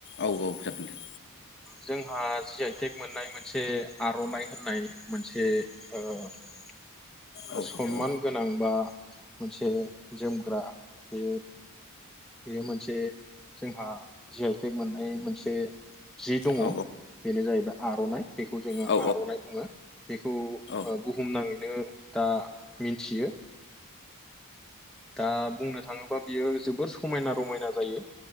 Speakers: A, on the left; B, in the centre.
A: औ औ जागोन दे।
B: जोंहा जि आइटेक मोननाय मोनसे आर'नाइ होननाय मोनसे ओ <inaudible>
A: औ
B: सनमान
A: औ
B: गोनां बा मोनसे जोमग्रा बे बेयो मोनसे जोंहा जि आइ टेक मोननाय मोनसे जि दङ।
A: औ
B: बेनो जायैबाय आरनाइ बेखौ जोङो
A: औ
B: आरनाइ बुङो। बेखौ
A: औ
B: ओ बुहुमनाङैनो दा मिथियो। दा बुंनो थाङोबा बियो जोबोर समायना रमायना जायो।